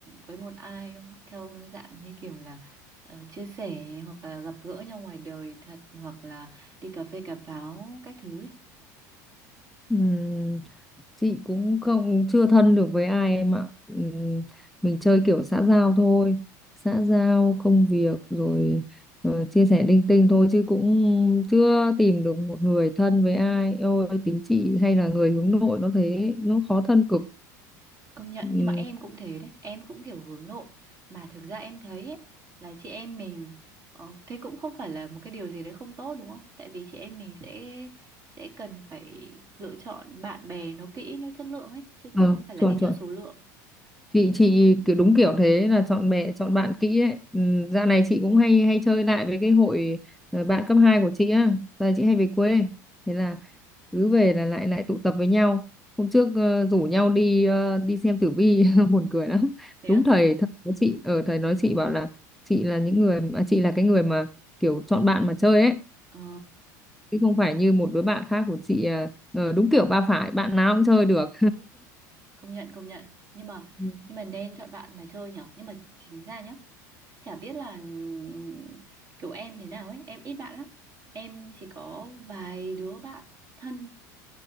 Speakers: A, on the right; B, in the centre.
A: với một ai không theo dạng như kiểu là ờ, chia sẻ hoặc là gặp gỡ nhau ngoài đời thật hoặc là đi cà phê cà pháo các thứ ấy
B: Ừm, chị cũng không chưa thân được với ai em ạ. Ừm, mình chơi kiểu xã giao thôi, xã giao công việc rồi ờ, chia sẻ linh tinh thôi chứ cũng chưa tìm được một người thân với ai. Ôi tính chị hay là người hướng nội nó thế, nó khó thân cực.
A: Công nhận
B: Ừm,
A: nhưng mà em cũng thế đấy Em cũng kiểu hướng nội Mà thực ra em thấy ấy, là chị em mình ờ, Thế cũng không phải là một cái điều gì đấy không tốt đúng không Tại vì chị em mình sẽ Sẽ cần phải lựa chọn bạn bè Nó kỹ, nó chất lượng ấy Chứ cũng
B: ờ,
A: không phải là
B: chuẩn
A: đi theo
B: chuẩn.
A: số lượng
B: chị chị kiểu đúng kiểu thế là chọn bè chọn bạn kỹ ấy ừ, dạo này chị cũng hay hay chơi lại với cái hội ờ, bạn cấp 2 của chị á giờ chị hay về quê thế là cứ về là lại lại tụ tập với nhau hôm trước ờ, rủ nhau đi ờ, đi xem tử vi <laughs> buồn cười lắm
A: Thế
B: đúng
A: á
B: thầy thầy nói chị ở thầy nói chị bảo là chị là những người à, chị là cái người mà kiểu chọn bạn mà chơi ấy
A: Ờ
B: chứ không phải như một đứa bạn khác của chị ờ, ờ, đúng kiểu ba phải bạn nào cũng chơi được
A: công nhận công nhận Nhưng mà
B: <laughs>
A: nhưng mà nên chọn bạn mà chơi nhở Nhưng mà chính ra nhá Chả biết là ừm, kiểu em thế nào ấy Em ít bạn lắm Em chỉ có vài đứa bạn thân